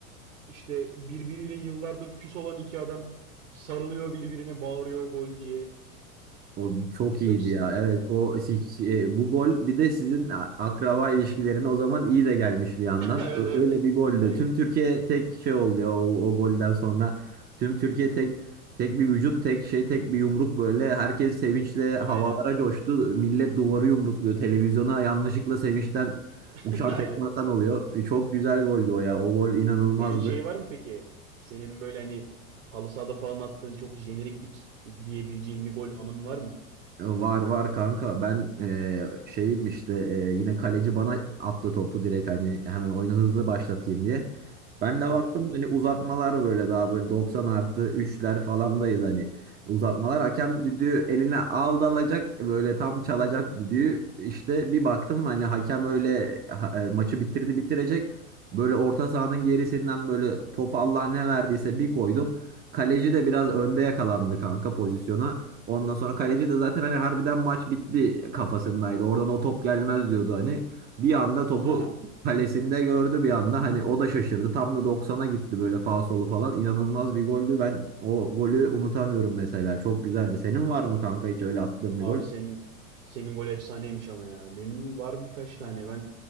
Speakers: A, on the right (about 60°); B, on the right (about 20°).
A: İşte birbiriyle yıllardır küs olan iki adam sarılıyor birbirine bağırıyor gol diye.
B: O çok iyiydi
A: Çok...
B: ya.
A: <laughs>
B: Evet o si- si, e, bu gol bir de sizin a- akraba ilişkilerine o zaman iyi de gelmiş bir yandan.
A: Evet
B: Ö-
A: evet.
B: Öyle bir goldü.
A: Hani
B: Tüm Türkiye tek şey oldu ya o, o golden sonra. Tüm Türkiye tek tek bir vücut, tek şey, tek bir yumruk böyle. Herkes sevinçle havalara
A: aynen.
B: coştu. Millet duvarı yumrukluyor. Televizyona yanlışlıkla sevinçten
A: <laughs>
B: uçan
A: Aynen.
B: tekme atan oluyor. E, Çok güzel goldü o ya. O gol inanılmazdı.
A: Senin şey var mı peki? Senin böyle hani halı sahada falan attığın çok jeneriklik diyebileceğin bir gol anın var mı?
B: E, Var var kanka ben eee, şeyim işte eee, yine kaleci bana attı topu direkt hani hemen oyunu hızlı başlatayım diye. Ben de
A: Aha,
B: baktım hani uzatmalar böyle daha böyle 90 artı 3'ler falandayız hani uzatmalar. Hakem düdüğü eline aldı alacak böyle tam çalacak düdüğü işte bir baktım hani hakem öyle ha- e, maçı bitirdi bitirecek. Böyle orta sahanın gerisinden böyle top Allah ne verdiyse bir koydum. Kaleci de biraz önde yakalandı kanka pozisyona. Ondan sonra kaleci de zaten hani harbiden maç bitti kafasındaydı. Oradan o top gelmez diyordu hani. Bir anda topu
A: aha.
B: kalesinde gördü bir anda. Hani o da şaşırdı. Tam da 90'a gitti böyle faul solu falan. İnanılmaz bir goldü. Ben o golü unutamıyorum mesela. Çok güzeldi. Senin var mı kanka hiç öyle attığın
A: Abi
B: bir gol?
A: senin senin gol efsaneymiş ama ya. Benim var birkaç tane. Ben